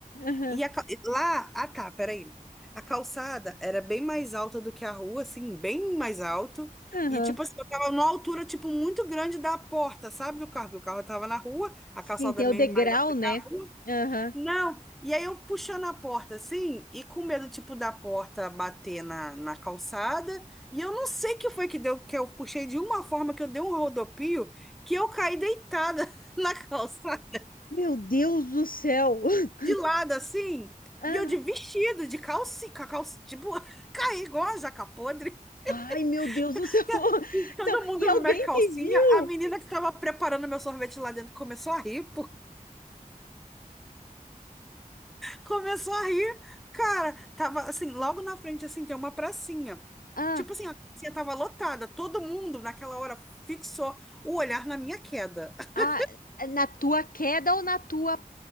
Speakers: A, on the left (about 80°); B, in the centre.
A: aham,
B: E a ca- e lá, ah tá, peraí. A calçada era bem mais alta do que a rua, assim, bem mais alto.
A: aham.
B: E tipo assim, eu tava numa altura tipo muito grande da porta, sabe, do carro, porque o carro tava na rua, a
A: Sim,
B: calçada
A: tem
B: meio
A: o degrau,
B: mais alta que
A: né?
B: a rua.
A: Aham.
B: Não, e aí eu puxando a porta assim, e com medo, tipo, da porta bater na, na calçada, e eu não sei que foi que deu, que eu puxei de uma forma que eu dei um rodopio, que eu caí deitada <laughs> na calçada,
A: Meu Deus do céu! <laughs>
B: de lado assim,
A: Ah,
B: e eu de vestido, de calcinha, com a calça, tipo, <laughs> caí igual a jaca podre,
A: ai, meu Deus
B: <laughs>
A: do céu! <laughs>
B: que todo
A: Não,
B: mundo
A: e alguém
B: viu minha calcinha,
A: te viu?
B: a menina que estava preparando meu sorvete lá dentro começou a rir, Começou a rir. Cara, tava assim, logo na frente, assim, tem uma pracinha.
A: Ah,
B: Tipo assim, a pracinha tava lotada. Todo mundo, naquela hora, fixou o olhar na minha queda. <laughs>
A: ah, na tua queda ou na tua